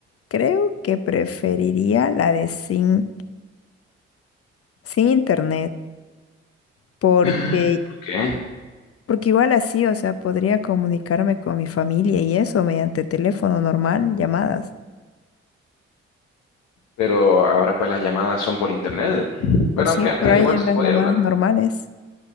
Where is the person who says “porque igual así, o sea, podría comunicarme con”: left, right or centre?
Left